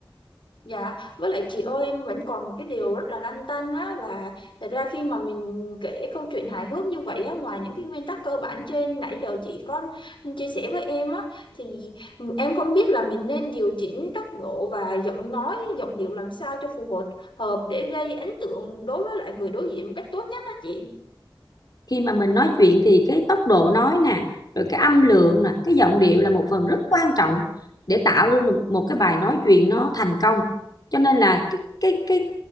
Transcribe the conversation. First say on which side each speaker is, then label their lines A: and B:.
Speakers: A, on the left; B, on the left.
A: Dạ, với lại chị ơi em vẫn còn một cái điều rất là lăn tăn á là thật ra khi mà mình kể câu chuyện hài hước như vậy á ngoài những cái nguyên tắc cơ bản trên nãy giờ chị có chia sẻ với em á thì em không biết là mình nên điều chỉnh tốc độ và giọng nói, giọng điệu làm sao cho phù hợp hợp để gây ấn tượng đối với lại người đối diện một cách tốt nhất á chị.
B: khi mà mình nói chuyện thì cái tốc độ nói nè rồi cái âm lượng nè cái giọng điệu là một phần rất quan trọng để tạo ra một, một cái bài nói chuyện nó thành công cho nên là cái cái cái